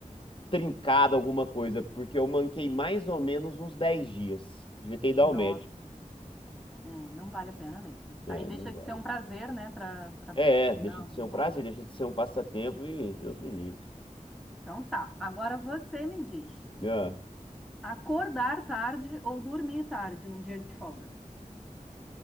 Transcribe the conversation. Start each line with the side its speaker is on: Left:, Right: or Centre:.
Left: trincado alguma coisa, porque eu manquei mais ou menos uns 10 dias. Devia ter ido ao
Centre: Nossa,
Left: médico.
Centre: é, não vale a pena mesmo.
Left: É,
Centre: Aí deixa
Left: não vale.
Centre: de ser um prazer, né? Pra, pra...
Left: É, é, deixa
Centre: Não,
Left: de ser
Centre: não
Left: um prazer,
Centre: rola.
Left: deixa de ser um passatempo e Deus me livre.
Centre: Então tá, agora você me diz.
Left: Ah,
Centre: Acordar tarde ou dormir tarde num dia de folga?